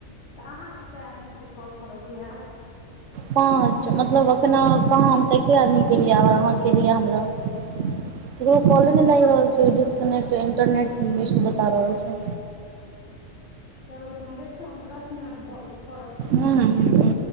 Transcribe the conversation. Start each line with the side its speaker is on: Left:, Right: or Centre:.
Left: तऽ अहाँ के कए आदमी के कॉल करऽ के आयब।
Right: पाँच मतलब एखना कहाँ हम तऽ एके आदमी केलियै अहाँ केलियै हमरा ककरो
Left: हँ
Right: कॉले मे लागि रहल छै डिस्कनेक्ट इंटरनेट इशू बता रहल छै।
Left: चलू तहन देखियौ हमरा दश मिनट भऽ गेल करब फेर
Right: हु